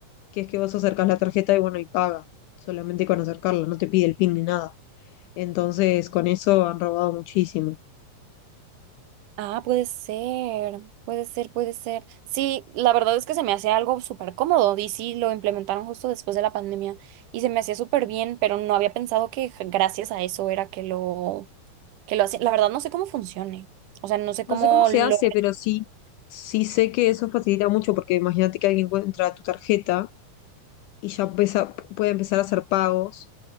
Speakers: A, on the left; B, on the right.
A: que es que vos acercás la tarjeta y bueno, y paga, solamente con acercarla, no te pide el PIN ni nada. Entonces, con eso han robado muchísimo.
B: Ah, puede ser, puede ser, puede ser. Sí, la verdad es que se me hacía algo súper cómodo y sí, lo implementaron justo después de la pandemia y se me hacía súper bien, pero no había pensado que j- gracias a eso era que lo, que lo hacían. La verdad no sé cómo funcione, o sea, no sé cómo
A: No sé cómo se
B: lo...
A: hace, pero sí, sí sé que eso facilita mucho, porque imagínate que alguien encuentra tu tarjeta y ya empieza- puede empezar a hacer pagos